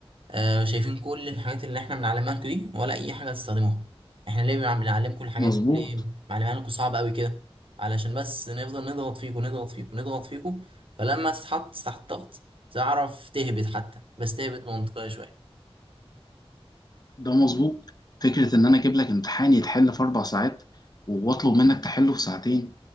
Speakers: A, on the right; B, on the left.
A: آه شايفين كل الحاجات اللي احنا بنعلمها لكم دي ولا اي حاجة هتستخدموها احنا ليه بنع- بنعلمكم الحاجات
B: مظبوط
A: دي ليه معلمها لكم صعبة قوي كده علشان بس نفضل نضغط فيكم نضغط فيكم نضغط فيكم فلما تتحط تحت ضغط تعرف تهبط حتى بس تهبط منطقية شوية
B: ده مظبوط فكرة إن أنا أجيب لك امتحان يتحل في أربع ساعات وأطلب منك تحله في ساعتين